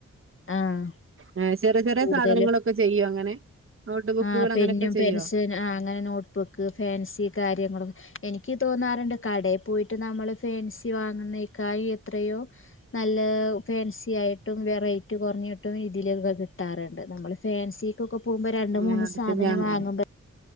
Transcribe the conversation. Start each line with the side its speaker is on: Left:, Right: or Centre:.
Left: ആഹ്
Right: ആ ഏ ചെറിയ ചെറിയ
Left: കൂടുതലും
Right: സാധനങ്ങളൊക്കെ ചെയ്യും അങ്ങനെ നോട്ട് ബുക്കുകൾ
Left: ആ പിന്നും
Right: അങ്ങനെയൊക്കെ ചെയ്യോ
Left: പെൻസി അങ്ങനെ നോട്ട്ബുക്ക് ഫാൻസി കാര്യങ്ങളൊക്ക എനിക്ക് തോന്നാറുണ്ട് കടയിൽ പോയിട്ട് നമ്മൾ ഫാൻസി വാങ്ങുന്നേക്കാ എത്രയോ നല്ല ഫാൻസി ആയിട്ടും വെറൈറ്റി കുറഞ്ഞ ട്ടും രീതിയിലൊക്കെ കിട്ടാറുണ്ട് നമ്മള് ഫാൻസക്ക് ഒക്കെ പോകുമ്പോ രണ്ട്
Right: ഏഹ്
Left: മൂന്ന്
Right: അത്
Left: സാധനം
Right: ശരി ഞാൻ
Left: വാങ്ങുമ്പോ